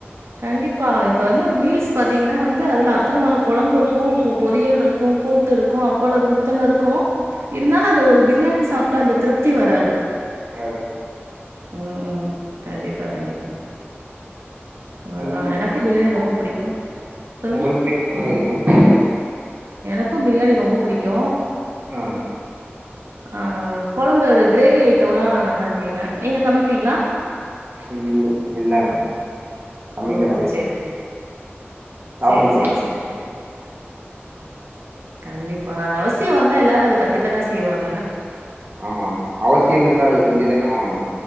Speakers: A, on the right; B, on the right.
A: கண்டிப்பா இப்ப வந்து மீல்ஸ் பாத்தீங்கன்னா வந்து அதுல அத்தன வக கொலம்பு இருக்கு பொரியல் இருக்கு கூட்டு இருக்கு அப்பளோ இருக்கு இத்தன இருக்கு இருந்தாலு அந்த ஒரு பிரியாணி சாப்ட்ட அந்த திருப்தி வராது
B: ஆமா
A: ம் கண்டிப்பா கண்டிப்பா அதுதா
B: உங்க
A: எனக்கு
B: உங்களுக்கு
A: பிரியாணி ரொம்ப பிடிக்கு சொல்லுங்க
B: உங்களுக்கு பிடித்த உணவு எது மேம்
A: எனக்கு பிரியாணி ரொம்ப பிடிக்கு
B: ஆ
A: ஆ கொழம்பு கிரேவி ஐட்டம்லா நல்லா செய்வே நீங்க சமைப்பீங்களா
B: இல் இல்ல மேம் சமைக்கலா
A: ஓ ஓ
B: தெரி
A: சேரி சேரி
B: சாப்பிட
A: சேரி
B: மாட்டேனா
A: சேரி சேரி சேரி கண்டிப்பா அது அவசியோ வந்தா எல்லாரு அத கத் துக்க தா செய்வங்
B: அப்டியா ஆமா அவசியோ இருந்தா அது
A: ம்
B: செஞ்சு தான ஆவுணு